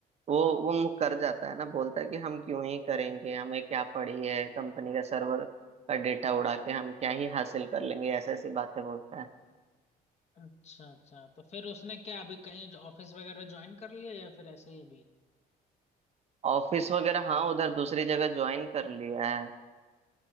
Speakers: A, on the right; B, on the left.
A: वो वो मुँह कर जाता है ना बोलता है कि हम क्यों ही करेंगे हमें क्या पड़ी है कंपनी का सर्वर का डेटा उड़ा के हम क्या ही हासिल कर लेंगे ऐसे ऐसी बातें बोलता है
B: अच्छा अच्छा तो फिर उसने क्या अभी कहीं ऑफिस वगैरह ज्वाइन कर लिया या फिर ऐसे ही अभी
A: ऑफिस वगैरह हाँ उधर दूसरी जगह ज्वाइन कर लिया है